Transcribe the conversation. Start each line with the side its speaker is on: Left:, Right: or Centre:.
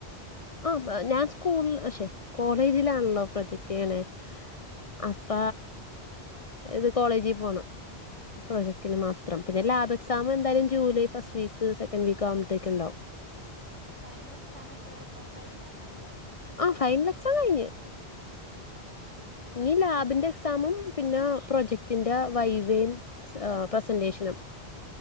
Left: ആഹ് ഞാൻ സ്കൂൾ പക്ഷെ കോളേജിലാണലൊ പ്രൊജക്ടീയ്ണെ അപ്പ ഇത് കോളേജി പോണം പ്രോജക്റ്റിന് മാത്രം പിന്നെ ലാബ് എക്സാമ് എന്തായാലും July first week second week ആവുമ്പത്തേക്ക് ഇണ്ടാവും
Right: ഫൈനല് എക്സാമ് എപ്പഴാപ്പൊ കഴിഞ്ഞൊ ഫൈനല് എക്സാം
Left: ആഹ് ഫൈനലെ എക്സാം കഴിഞ്ഞ്
Right: ഉം
Left: ഇനി ലാബ്ന്റ എക്സാമും പിന്ന പ്രൊജക്ടിന്റ വൈവേം ഏഹ് പ്രസന്റേഷ്നും